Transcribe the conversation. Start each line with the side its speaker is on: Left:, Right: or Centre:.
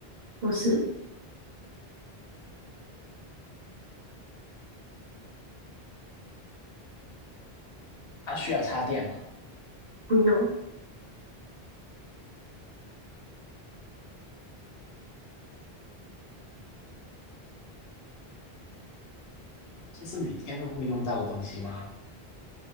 Right: 不是，
Left: 它需要插电吗？
Right: 不用，
Left: 这是每天都会用到的东西吗？